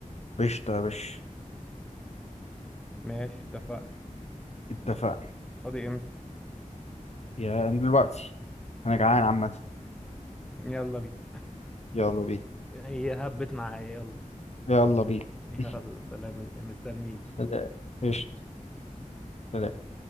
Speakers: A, on the left; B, in the centre.
A: قشطة يا باشا
B: ماشي اتفقنا
A: اتفقنا
B: فاضي امتى
A: يا من دلوقتي انا جعان عامة
B: يلا بينا
A: يلا بينا
B: هي هبت معايا يلا
A: يلا بينا
B: يلا
A: <laughs>
B: سلام مستنيه
A: سلام قشطة سلام.